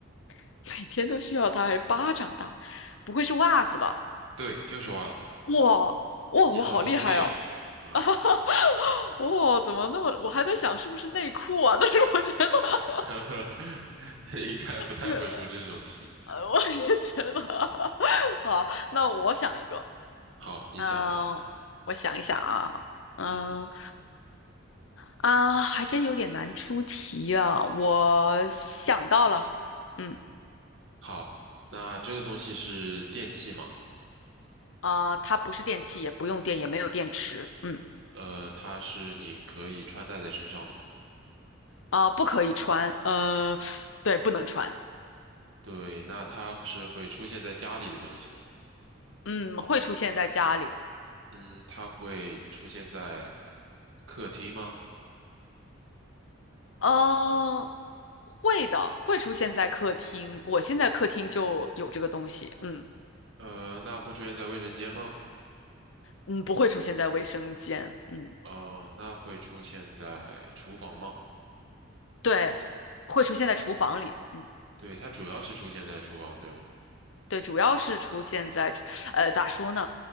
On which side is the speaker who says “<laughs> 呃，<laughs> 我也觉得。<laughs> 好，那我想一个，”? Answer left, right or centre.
Left